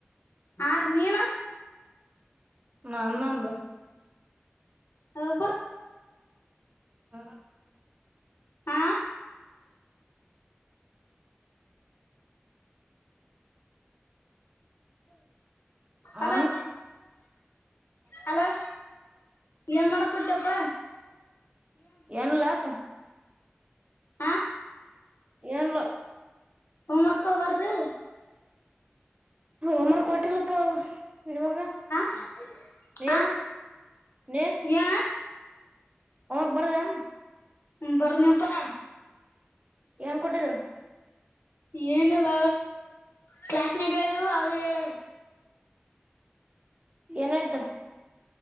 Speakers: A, on the left; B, on the right.
A: ಆರ ನೀನ
B: ನಾ ನಂಬ
A: ಹಬ
B: ಹಾ
A: ಹ ಹಲೋ
B: ಆ
A: ಹಲೋ ಏನ ಮಾಡಕತಪ್ಪ
B: ಎನ್ ಲಾಕ್
A: ಹ
B: ಏನ್ಲಾ
A: ಹೋಮ್ ವರ್ಕ್ ಬರ್ದಿಲ್ಲ
B: ಒಮ್ಮ ಕೊಟ್ಟಿಲ್ಲಪ್ಪ ನಿಮಗ
A: ಹ
B: <unintelligible>
A: ಹ ಏನ
B: ಔರ್ ಬರೆಯಮ್
A: ಹ್ಮ್ ಬರ್ನಿ ಅಪ್ಪನ
B: ಏನ್ ಕೊಟ್ಟಿದ್ರು
A: ಏನಿಲ್ಲ ಕ್ಲಾಸ್ನಾಗ ಹೇಳಿದುವು ಅವೇ ಹೇಳ್ಯಾರ
B: ಏನ ಇದ್ರು